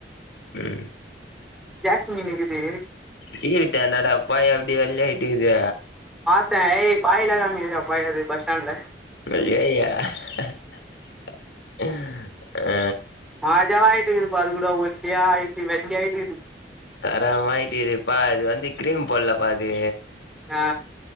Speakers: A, on the left; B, in the centre.
A: ம்
B: ஜாஸ்மின் நிக்குது
A: சீவிட்டேன்ந்தடாப்பாய எப்டி வெள்ளய ஆய்ட்டு இது
B: பேய் பாய்லல்லா ஏறி <unintelligible> பஸ்ஸ்டாண்ட்ல
A: <unintelligible> ஆ
B: மாஜவாயிட்டு இதுப்ப அதுகூட ஒல்லியாயிட்டு வெள்ளியாட்டு இது
A: தரமா ஆயிட்டதுப்பா அது வந்து கிரீம் போடலப்பா அது
B: ஆ